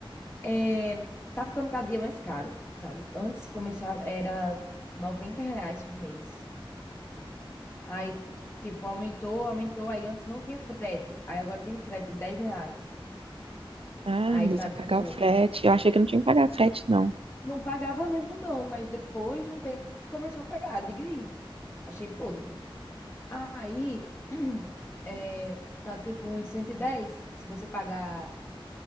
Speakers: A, on the left (about 30°); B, on the right (about 80°).
A: É, tá ficando cada dia mais caro, sabe? Antes começava, era 90 reais por mês. Aí, tipo, aumentou, aumentou. Aí antes não tinha frete. Aí agora tem frete de 10 reais.
B: Ah,
A: Aí
B: meu Deus,
A: tá,
B: tem que
A: tipo,
B: pagar o frete. Eu achei que não tinha que pagar frete, não.
A: não pagava mesmo não, mas depois de um tempo começou a pagar. Diga aí. Achei podre. Aí, <clears throat> é, tá, tipo, uns cento e dez, Se você pagar